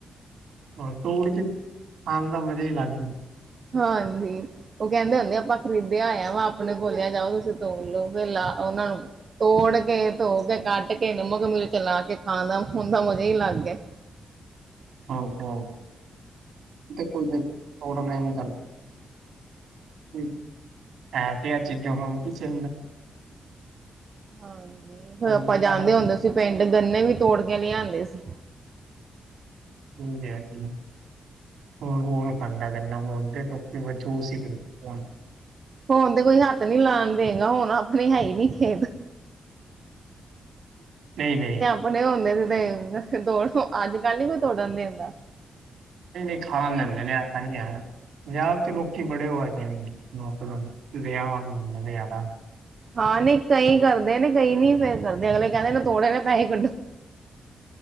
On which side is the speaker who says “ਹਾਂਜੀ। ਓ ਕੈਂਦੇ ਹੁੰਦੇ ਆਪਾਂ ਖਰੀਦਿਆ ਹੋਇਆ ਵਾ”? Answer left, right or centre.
Right